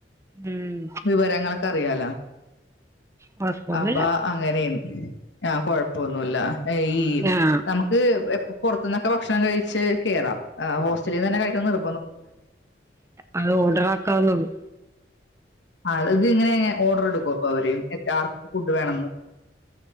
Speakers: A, on the right; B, on the left.
A: ഉം
B: വിവരങ്ങളൊക്കെ അറിയാലോ
A: കൊഴപ്പൊന്നുമില്ല
B: അപ്പ അങ്ങെനേന്ന് ആ കൊഴപ്പൊന്നുല്ലാ ഈ
A: ആഹ്
B: ന്നമ്മ ക്ക് പൊർത്ത്ന്നൊക്കെ ഭക്ഷണം കഴ്‌ച്ച് കേറാം ഹോസ്റ്റലിന്നേന്നെ കഴിക്കണം നിർ
A: അത് ഓഡറാക്കാന്നൊള്ളൂ.
B: ആഹ് അത് ഇങ്ങെനെ ഓർഡെർ എടുക്കു അപ്പം അവര് മറ്റേ ആർക്ക് ഫുഡ് വേണംന്ന്.